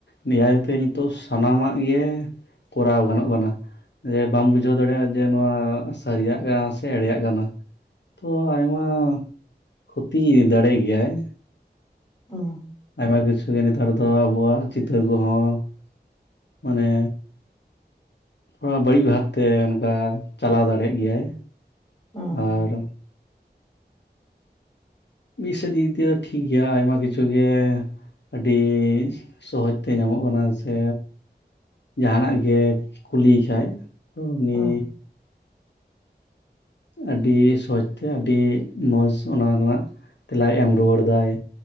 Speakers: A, on the left; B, on the left.
A: ᱱᱮᱦᱟᱭᱛᱮ ᱱᱤᱛᱚᱜ ᱥᱟᱱᱟᱢᱟᱜ ᱜᱮ ᱠᱚᱨᱟᱣ ᱜᱟᱱᱚᱜ ᱠᱟᱱᱟ ᱾ ᱡᱮ ᱵᱟᱢ ᱵᱩᱡᱷᱟᱹᱣ ᱫᱟᱲᱮᱭᱟᱜᱼᱟ ᱡᱮ ᱱᱚᱣᱟ ᱥᱟᱹᱨᱤᱭᱟᱜ ᱠᱟᱱᱟ ᱥᱮ ᱮᱲᱮᱭᱟᱜ ᱠᱟᱱᱟ ᱾ ᱛᱚ ᱟᱭᱢᱟ ᱠᱷᱚᱛᱤ ᱫᱟᱲᱮᱜ ᱜᱮᱭᱟᱭ
B: ᱦᱩᱸ
A: ᱟᱭᱢᱟ ᱠᱤᱪᱷᱩ ᱜᱮ ᱱᱮᱛᱟᱨ ᱫᱚ ᱟᱵᱚᱣᱟᱜ ᱪᱤᱛᱟᱹᱨ ᱠᱚᱦᱚᱸ ᱢᱟᱱᱮ ᱛᱷᱚᱲᱟ ᱵᱟᱹᱲᱤᱡ ᱵᱷᱟᱵᱛᱮ ᱚᱱᱠᱟ ᱪᱟᱞᱟᱣ ᱫᱟᱲᱮᱭᱟᱜ ᱜᱮᱭᱟᱭ
B: ᱦᱩᱸ
A: ᱟᱨ ᱡᱤ ᱥᱮᱫ ᱫᱤᱠ ᱫᱤᱭᱮ ᱫᱚ ᱴᱷᱤᱠ ᱜᱮᱭᱟ ᱟᱭᱢᱟ ᱠᱤᱪᱷᱩ ᱜᱮ ᱟᱹᱰᱤ ᱥᱚᱦᱚᱡᱽ ᱛᱮ ᱧᱟᱢᱚᱜ ᱠᱟᱱᱟ ᱥᱮ ᱡᱟᱦᱟᱱᱟᱜ ᱜᱮ ᱠᱩᱞᱤᱭᱮ ᱠᱷᱟᱡ ᱛᱚ ᱩᱱᱤ
B: ᱦᱩᱸ
A: ᱟᱹᱰᱤ ᱥᱚᱦᱚᱡᱛᱮ ᱟᱹᱰᱤ ᱢᱚᱸᱡᱽ ᱚᱱᱟ ᱨᱮᱱᱟᱜ ᱛᱮᱞᱟᱭ ᱮᱢ ᱨᱩᱣᱟᱹᱲᱫᱟᱭ᱾